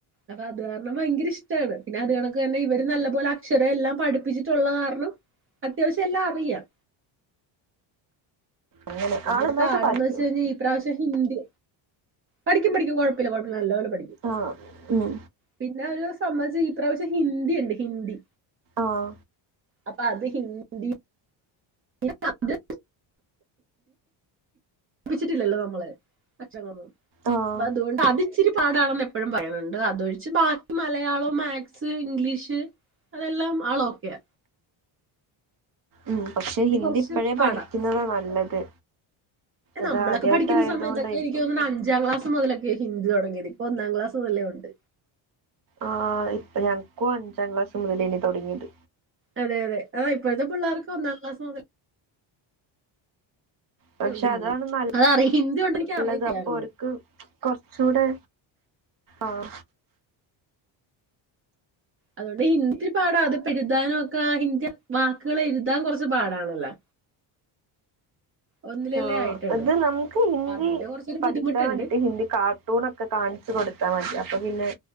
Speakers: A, on the right (about 25°); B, on the right (about 45°).
A: അപ്പൊ അത് കാരണം ഭയങ്കര ഇഷ്ടമാണ് പിന്നെ അത് കണക്ക് തന്നെ ഇവര് നല്ല പോലെ അക്ഷരം എല്ലാം പഠിപ്പിച്ചിട്ടുള്ള കാരണം അത്യാവശ്യം എല്ലാം അറിയാം
B: അങ്ങനെ
A: പിന്നെരു
B: ആള് നന്നായിട്ട്
A: പാഠംന്ന്
B: പഠിക്കോ
A: വെച്ച് കഴിഞ്ഞാൽ ഈ പ്രാവശ്യം ഹിന്ദി പഠിക്കും പഠിക്കും കുഴപ്പല്ല കുഴപ്പല്ല നല്ല പോലെ പഠിക്കും.
B: ആ ഉം
A: പിന്നെ ഒരു സംബന്ധിച്ച് ഈ പ്രാവശ്യം ഹിന്ദിണ്ട് ഹിന്ദി.
B: ആഹ
A: അപ്പൊ അത് ഹിന്ദി <unintelligible> <unintelligible> പഠിപ്പിച്ചിട്ടില്ലല്ലോ നമ്മള് അക്ഷങ്ങളൊന്നും.
B: ആഹ്
A: അതുകൊണ്ട് അത് ഇച്ചിരി പാടാണെന്ന് എപ്പോഴും പറയുന്നുണ്ട് അതൊഴിച്ച് ബാക്കി മലയാളം മാക്സ്, ഇംഗ്ലീഷ് അതെല്ലാം ആള ഓക്കെയ
B: ഉം പക്ഷേ ഹിന്ദി
A: കുറച്ച്
B: ഇപ്പോഴേ
A: പാടാ
B: പഠിക്കുന്നതാ നല്ലത്.
A: നമ്മളക്കെ
B: അത് ആദ്യായിട്ട്
A: പഠിക്കുന്ന
B: ആയതുകൊണ്ടായിരിക്കും
A: സമയത്തൊക്ക എനിക്ക് തോന്ന്ണ അഞ്ചാം ക്ലാസ് മുതലെ ഹിന്ദി തുടങ്ങിയത് ഇപ്പൊ ഒന്നാം ക്ലാസ് മുതലെ ഉണ്ട്
B: ആ് ഇപ്പൊ ഞങ്ങക്കും അഞ്ചാം ക്ലാസ് മുതലേനി തുടങ്ങിയത്.
A: അതെ അതെ ആ ഇപ്പോഴത്തെ പിള്ളേർക്ക് ഒന്നാം ക്ലാസ് മുതൽ
B: പക്ഷേ
A: ഉണ്ട്
B: അതാണ്
A: ഹിന്ദി
B: ന
A: അതറിയ ഹിന്ദി കൊണ്ട് എനിക്ക്
B: നല്ലത്
A: അറിയത്തില്ലായിരുന്നു
B: അപ്പൊ ഒരു ഓര്ക്ക് കൊറച്ചുകൂടെ ആഹ
A: അതുകൊണ്ട് ഹിന്ദി പാടാ അത് പെഴുതാനും ഒക്കെ ആ ഹിന്ദി വാക്കുകള എഴുതാൻ കുറച്ച് പാടാണല്ലോ. ഒന്നിലല്ലേ
B: ആ
A: ആയിട്ടുള്ളൂ
B: അത് നമുക്ക് ഹിന്ദി
A: അപ്പൊ അതിന്റെ കുറച്ചൊരു
B: പഠിക്കാൻ
A: ബുദ്ധിമുട്ടുണ്ട്
B: വേണ്ടിട്ട് ഹിന്ദി കാ ട്ടൂൊക്കെ കാണിച്ച് കൊടുത്താൽ മതി അപ്പൊ പിന്നെ